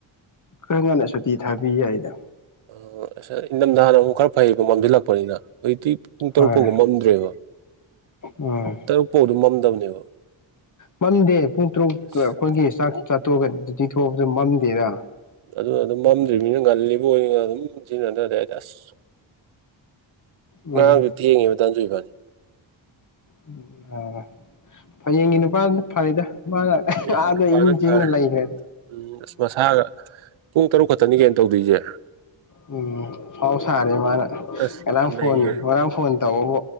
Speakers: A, on the left; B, on the right.
A: ꯈꯔ ꯉꯟꯅ ꯁꯨꯇꯤ ꯊꯥꯕꯤ ꯌꯥꯏꯗ
B: ꯑꯣ ꯑꯁꯁꯩ ꯏꯪꯗꯝꯗꯥꯅꯕꯨ ꯈꯔ ꯐꯩꯕ ꯃꯝꯖꯤꯜꯂꯛꯄꯅꯤꯅ ꯍꯧꯖꯤꯛꯇꯤ ꯄꯨꯡ ꯇꯔꯨꯛ
A: ꯍꯣꯏ
B: ꯐꯥꯎꯕ ꯃꯝꯗ꯭ꯔꯦꯕ
A: ꯎꯝ
B: ꯇꯔꯨꯛ ꯄꯧ ꯑꯗꯨꯝ ꯃꯝꯗꯕꯅꯦꯕ
A: ꯃꯝꯗꯦ ꯄꯨꯡ ꯇꯔꯨꯛꯇ
B: ꯑꯁ
A: ꯑꯩꯈꯣꯏꯒꯤ ꯆꯥꯛ ꯆꯥꯊꯣꯛꯑꯒ ꯗꯤꯇꯤ ꯊꯣꯛꯑꯕꯁꯨ ꯃꯝꯗꯦꯗ
B: ꯑꯗꯨꯅ ꯑꯗꯨꯝ ꯃꯝꯗ꯭ꯔꯤꯕꯤꯅꯤꯅ ꯉꯜꯂꯤꯕꯣꯏ ꯅꯤꯡꯉꯒ ꯑꯗꯨꯝ ꯁꯤꯖꯤꯟꯅꯗ꯭ꯔꯗꯤ ꯍꯥꯏꯗꯤ ꯑꯁ ꯉꯔꯥꯡꯖꯨ
A: ꯎꯝ
B: ꯊꯦꯡꯉꯦꯕ ꯗꯅꯖꯣꯏ ꯏꯕꯥꯅꯤ
A: ꯎꯝ ꯑꯥ ꯐꯌꯦꯡꯒꯤ ꯅꯨꯄꯥꯗꯨꯅ ꯐꯔꯦꯗ ꯃꯥꯅ
B: ꯅꯪꯒꯤ
A: ꯑꯥꯗ
B: ꯅꯨꯄꯥꯅ
A: ꯏꯤꯡ ꯆꯤꯛꯅ
B: ꯐꯔꯦ
A: ꯂꯩꯒ꯭ꯔꯦ
B: ꯎꯝ ꯑꯁ ꯃꯁꯥꯒ ꯄꯨꯡ ꯇꯔꯨꯛ ꯈꯛꯇꯅꯤ ꯀꯩꯅꯣ ꯇꯧꯗꯣꯏꯖꯦ
A: ꯎꯝ ꯐꯥꯎ ꯁꯥꯔꯦ ꯃꯥꯅ
B: ꯑꯁ
A: ꯉꯔꯥꯡ
B: ꯃꯥ ꯅꯩꯈ꯭ꯔꯦ
A: ꯐꯣꯟ ꯉꯔꯥꯡ ꯐꯣꯟ ꯇꯧꯕꯕꯨ